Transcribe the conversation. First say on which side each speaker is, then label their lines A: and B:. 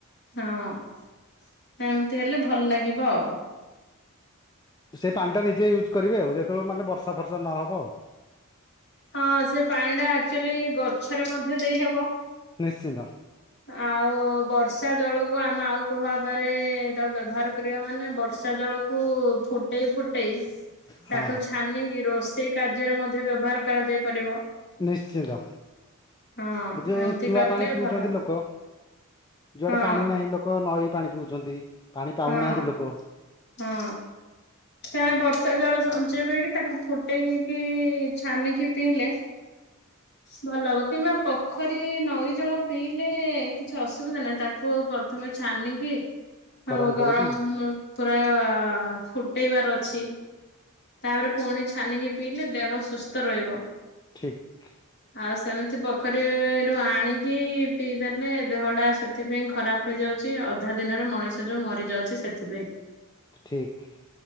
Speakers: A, on the left; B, on the left.
A: ହଁ ଏମିତି ହେଲେ ଭଲ ଲାଗିବ।
B: ସେ ପାଣି ଟା ନିଜେ ୟୁଜ୍ କରିବେ ଆଉ ଯେତେଳୁ ମାନେ ବର୍ଷା ଫର୍ଷା ନହବ।
A: ହଁ ସେ ପାଣି ଟା ଆକୁଚାଲି ଗଛରେ ମଧ୍ୟ ଦେଇହବ।
B: ନିଶ୍ଚିନ୍ତ।
A: ଆଉ ବର୍ଷ ର୍ଷା ଜଳକୁ ଆମେ ଆଉ କୋଉ ଭାବରେ ତାକୁ ବ୍ୟବହାର କରିବା ମାନେ ବର୍ଷା ଜଳକୁ ଫୁଟ୍ ଏଇ ଫୁଟେଇସି
B: ହଁ
A: ତାକୁ ଛାନିକି ରୋଷେଇ କାର୍ଯ୍ୟରେ ମଧ୍ୟ ବ୍ୟବହାର କରାଯାଇ ପାରିବ।
B: ନିଶ୍ଚିନ୍ତ
A: ହଁ
B: ଏ ଯୋଉ
A: ଏମିତି
B: ଚୁଆ
A: କରିଲେ
B: ପାଣି ପିଉଚନ୍ତି
A: ଭଲ
B: ଲୋକ। ଯୁଆଡେ
A: ହଁ
B: ପାଣି ନାହିଁ ଲୋକ ନଈ ପାଣି ପିଉଚନ୍ତି ପାଣି ପାଉନାହାନ୍ତି
A: ହଁ
B: ଲୋକ।
A: ହଁ। ସେମାନେ ବର୍ଷା ଜଳ ସଞ୍ଚୟ କରିକି ତାକୁ ଫୁଟେଇକି ଛାନିକି ପିଇଲେ। ଭଲ ହବ କିମ୍ବା ପୋଖରୀ ନଈ ଜଳ ପିଇଲେ କିଛି ଅସୁବିଧା ନାହିଁ ତାକୁ ପ ତମେ ଛାନିକି
B: ଗରମ
A: ହବ ଗରମ
B: କରିକି
A: ପୁରା ଫୁଟେଇବାର ଅଛି। ତାପରେ ପୁଣି ଛାନିକି ପିଇଲେ ଦେହ ସୁସ୍ଥ ରହିବ।
B: ଠିକ୍।
A: ଆଉ ସେମିତି ପୋଖରୀରୁ ଆଣିକି ପିଇଦେନେ ଦେହଟା ସେଥିପାଇଁ ଖରାପ। ହେଇଯାଉଛି ଅଧା ଦିନରେ ମଣିଷ ଯୋଉ ମରିଯାଉଛି ସେଥିପାଇଁ।
B: ଠିକ୍।